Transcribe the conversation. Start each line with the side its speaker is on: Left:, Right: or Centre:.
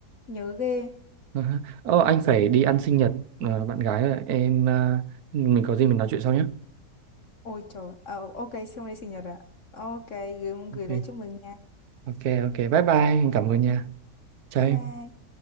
Left: nhớ ghê.
Right: À ha. Ờ, anh phải đi ăn sinh nhật ờ, bạn gái rồi em ờ, mình có gì mình nói chuyện sau nhé
Left: Ôi trời, ờ, ok, xong đây sinh nhật ạ. Ok, gửi, gửi
Right: ok
Left: lời chúc mừng nha.
Right: ok ok bye bye cảm ơn nha cháy
Left: Bye bye.